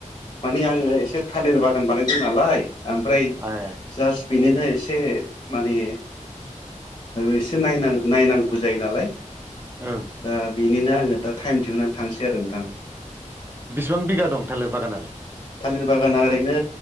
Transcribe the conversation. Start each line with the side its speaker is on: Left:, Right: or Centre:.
Left: मानिे आङो एसे थालिर बागान बानायदों नालाय ओमफ्राय
Right: ए
Left: जास्ट बेनिनो एसे एसे माने एसे नायनां नायनांगौ जायो नालाय
Right: ओं
Left: दा बे बिनिनो आङो दा टाइम दिहुननानै थांसै आरो नोंथां
Right: बेसिबां बिघा दं थालिर बागानालाय
Left: थालिर बागाना ओरैनो